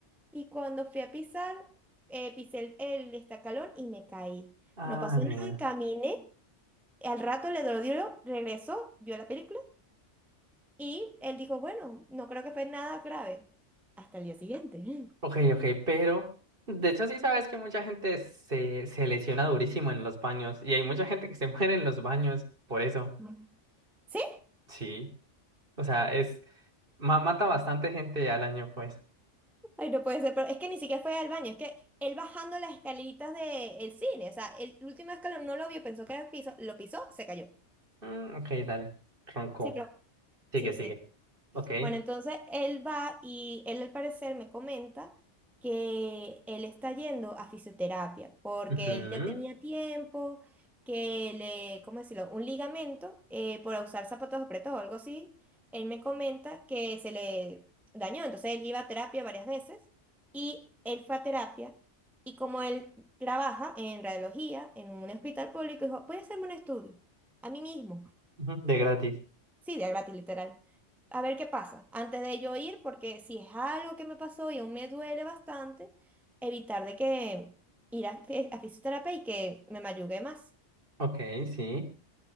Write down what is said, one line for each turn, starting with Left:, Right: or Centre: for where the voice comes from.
Centre: y cuando fui a pisar, eh, pisé el, el destacalón y me caí.
Right: Ah,
Centre: No pasó
Right: nea.
Centre: nada, caminé, al rato le dolió, regresó, vio la película y él dijo, bueno, no creo que fue nada grave. Hasta el día siguiente.
Right: Ok,
Centre: <laughs>
Right: ok, pero de hecho sí sabes que mucha gente se, se lesiona durísimo en los baños y hay mucha gente que se <laughs> muere en los baños por eso.
Centre: Ujú. ¿Sí?
Right: Sí. O sea, es Ma- mata bastante gente al año, pues.
Centre: Ay, no puede ser, pero es que ni siquiera fue al baño, es que él bajando las escaleritas del cine, o sea, el último escalón no lo vio, pensó que era el piso, lo pisó, se cayó.
Right: Mm, ok, dale. Ronco.
Centre: Sí, pero...
Right: Sigue,
Centre: Sí,
Right: sigue.
Centre: sí.
Right: Ok.
Centre: Bueno, entonces él va y él al parecer me comenta que él está yendo a fisioterapia porque
Right: Ujú.
Centre: él ya tenía tiempo que le, ¿cómo decirlo? Un ligamento eh, por usar zapatos apretados o algo así. Él me comenta que se le dañó, entonces él iba a terapia varias veces y él fue a terapia y como él trabaja en radiología en un hospital público, dijo, ¿puede hacerme un estudio? A mí mismo.
Right: Ujú, De gratis.
Centre: Sí, día gratis, literal. A ver qué pasa. Antes de yo ir, porque si es algo que me pasó y aún me duele bastante, evitar de que ir a, <laughs> fi- a fisioterapia y que me mayugue más.
Right: Ok, sí.